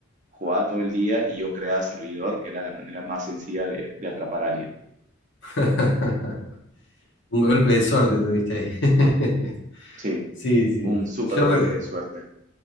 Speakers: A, on the right; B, on the left.
A: jugaba todo el día y yo creaba servidor, que era la manera más sencilla de, de atrapar a alguien.
B: <laughs> Un golpe de suerte tuviste ahí. <laughs>
A: Sí,
B: Sí, sí.
A: un super
B: Yo,
A: golpe
B: re-
A: de suerte.